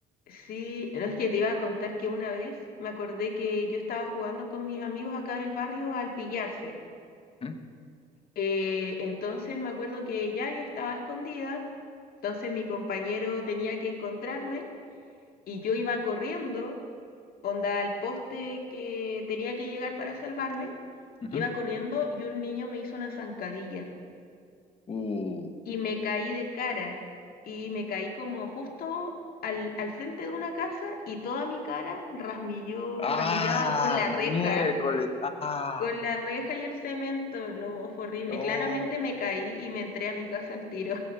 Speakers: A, on the left; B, on the left.
A: Sí, no es que te iba a contar que una vez me acordé que yo estaba jugando con mis amigos acá del barrio al pillarse.
B: Ujú,
A: Eh, entonces me acuerdo que ya yo estaba escondida, entonces mi compañero tenía que encontrarme y yo iba corriendo, onda al poste que tenía que llegar para salvarme,
B: ujú.
A: iba corriendo y un niño me hizo una zancadilla.
B: Uh.
A: y me caí de cara y me caí como justo al, al frente de una casa y toda mi cara rasmilló,
B: Ah,
A: rasmillada con la reja,
B: miércoles. Ah,
A: con la reja y el cemento. No, fue horrible.
B: no.
A: Claramente me caí y me entré a mi casa al tiro.